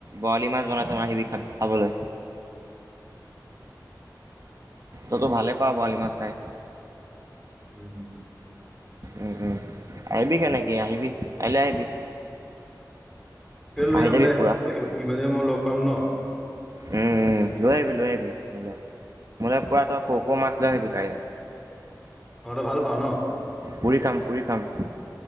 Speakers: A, on the right (about 50°); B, in the centre.
A: বৰালি মাছ বনাই থম আহিবি খা খাবলে। তইতো ভালে পাওঁ বৰালি মাছ খাই।
B: উম।
A: উম উম আহিবি সেনেকে আহিবি কাইলে আহিবি।
B: কিবা লৈ
A: আহি
B: যাম
A: যাবি
B: দে
A: পুৰা
B: ইমান দিনত মই লগ পাম ন
A: উম উম লৈ আহিবি লৈ আহিবি। মোলে মোলে পুৰা তই পুখুই মাছ লৈ আহিবি কাইলৈ।
B: অ তই ভাল পাওঁ ন।
A: পুৰি খাম পুৰি খাম।